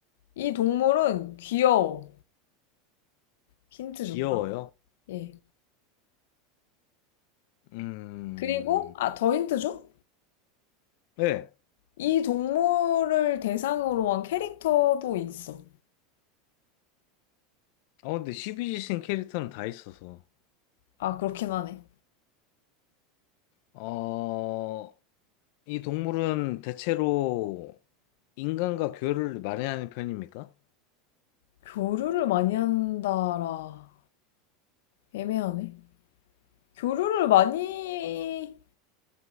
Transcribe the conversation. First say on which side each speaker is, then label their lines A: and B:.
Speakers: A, on the left; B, on the left.
A: 이 동물은 귀여워. 힌트
B: 귀여워요?
A: 줬다. 예.
B: 음,
A: 그리고, 아, 더 힌트 줘?
B: 예.
A: 이 동물을 대상으로 한 캐릭터도 있어.
B: 어, 근데 시비지신 캐릭터는 다 있어서.
A: 아, 그렇긴 하네.
B: 어, 이 동물은 대체로 인간과 교류를 많이 하는 편입니까?
A: 교류를 많이 한다라. 애매하네. 교류를 많이